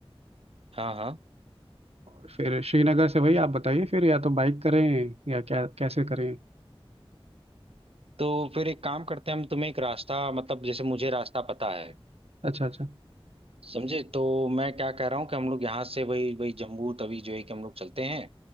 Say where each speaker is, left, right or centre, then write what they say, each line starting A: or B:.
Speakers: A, on the right; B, on the right.
A: हाँ हाँ
B: और फिर श्रीनगर से वही आप बताइए फिर या तो बाइक करें या क्या कैसे करें
A: तो फिर एक काम करते हैं हम तुम्हें एक रास्ता मतलब जैसे मुझे रास्ता पता है
B: अच्छा अच्छा
A: समझे तो मैं क्या कह रहा हूँ कि हम लोग यहाँ से वही वही जम्मू तवी जो है कि हम लोग चलते हैं